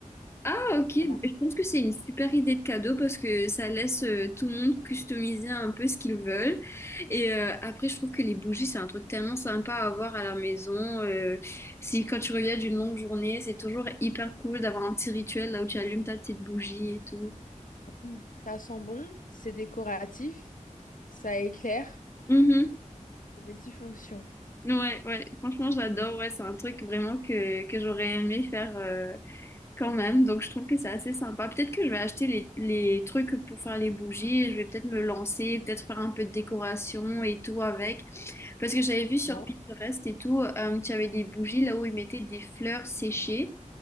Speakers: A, on the left (about 20°); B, on the left (about 85°).
A: Ah, ok. Je
B: Voilà.
A: pense que c'est une super idée de cadeau parce que ça laisse euh, tout le monde customiser un peu ce qu'ils veulent. Et euh, après, je trouve que les bougies, c'est un truc tellement sympa à avoir à la maison. Euh, si quand tu reviens d'une longue journée, c'est toujours hyper cool d'avoir un petit rituel là où tu allumes ta petite bougie et tout.
B: Mm. Ça sent bon, c'est décoratif, ça éclaire,
A: Mhm.
B: c'est multifonction.
A: Ouais, ouais. Franchement, j'adore.
B: Donc,
A: Ouais, c'est un truc vraiment que, que j'aurais aimé faire. euh, quand même, donc je trouve que c'est assez sympa. Peut-être que je vais acheter les, les trucs pour faire les bougies, je vais peut-être me lancer, peut-être faire un peu de décoration et tout avec. Parce que j'avais vu sur
B: Ouais.
A: Pinterest et tout, euh, tu avais des bougies là où ils mettaient des fleurs séchées